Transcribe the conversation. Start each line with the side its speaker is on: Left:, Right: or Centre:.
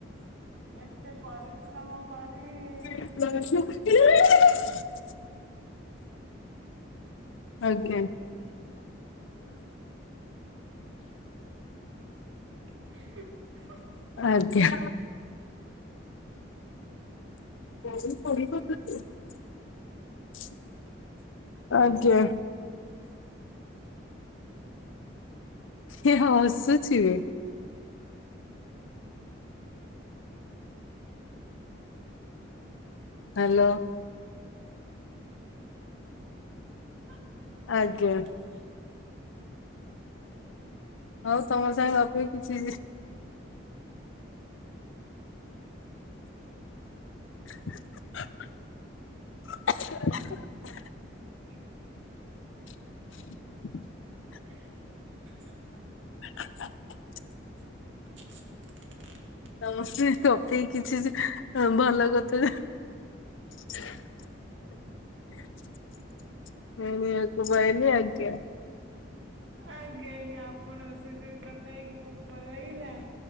Right: ଏତେ ପରିଶ୍ରମ କରି
Left: <inaudible> ଆଜ୍ଞା।
Right: <inaudible>
Left: ଆଜ୍ଞା।
Right: ହୁଁ
Left: <inaudible> ଆଜ୍ଞା କିଏ ହସୁଚିବେ? ହାଲୋ!
Right: <inaudible>
Left: ଆଜ୍ଞା ହଉ ତମ ସାଙ୍ଗେ ଗପିକି କିଛି <inaudible>
Right: <inaudible>
Left: <inaudible>
Right: <inaudible>
Left: <inaudible>
Right: <inaudible>
Left: ସମସ୍ତେ ପକେଇ କିଛି ହଁ ଭଲ କଥା। <unintelligible> ଆଜ୍ଞା।
Right: ଆଜ୍ଞା ଆଜ୍ଞା ଆପଣଙ୍କ ସହିତ କଥା ହେଇକି ବହୁତ ଭଲ ଲାଗିଲା।